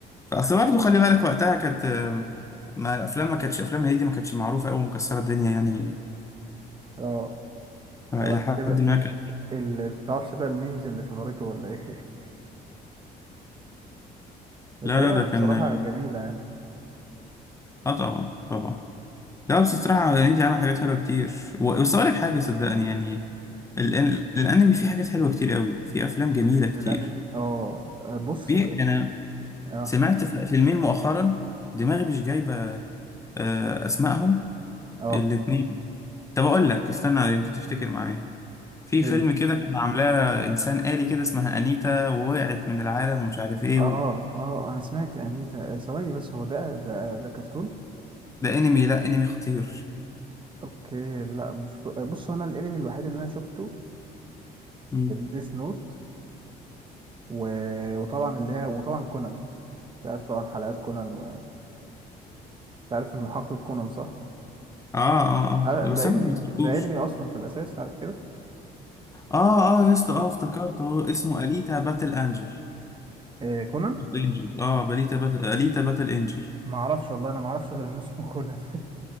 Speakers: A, on the left; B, on the right.
A: اصل برضه خلي بالك وقتها كانت آم، ما الافلام ما كانتش افلام هنيدي ما كانتش معروفه قوي مكسره الدنيا يعني
B: اه بعد
A: آه، الى حد
B: كده
A: ما كان
B: اللي متعرفش بقى الميمز اللي شهرته ولا ايه <laughs> بس
A: لا
B: هي
A: لا ده كان
B: بصراحة
A: اه
B: جميلة يعني
A: آه، طبعا طبعا لا بس الصراحه هنيدي عمل حاجات حلوه كتير و- بس اقول لك حاجه صدقني يعني الأن- الانمي فيه حاجات حلوه كتير قوي فيه افلام جميله كتير
B: الانمي اه بص
A: في انا
B: اه
A: سمعت ف- فيلمين مؤخرا دماغي مش جايبه آه، اسمائهم
B: اه
A: الاثنين طب اقول لك استنى يمكن تفتكر معايا في
B: ايه
A: فيلم كده كان عاملاه انسان آلي كده اسمها انيتا ووقعت من العالم ومش عارف ايه
B: اه
A: و...
B: اه انا سمعت انيتا ثواني بس هو ده ده ده كرتون
A: ده انمي لا انمي خطير
B: اوكي لا مش ف... بص هو انا الانمي الوحيد اللي انا شفته
A: مم.
B: ديث نوت و... وطبعا اللي هي وطبعا كونان عارف طبعا حلقات كونان و... عارف المحقق كونان صح
A: اه اه اه
B: عارف-
A: ده بس
B: ده
A: انا
B: انمي
A: ما سمعتوش
B: ده انمي اصلا في الاساس عارف كده
A: اه اه يا اسطى اه افتكرت اهو اسمه اليتا باتل انجل
B: آه، كونان
A: انجل اه باليتا باتل اليتا باتل انجل
B: ما اعرفش والله انا ما اعرفش غير ان اسمه كونان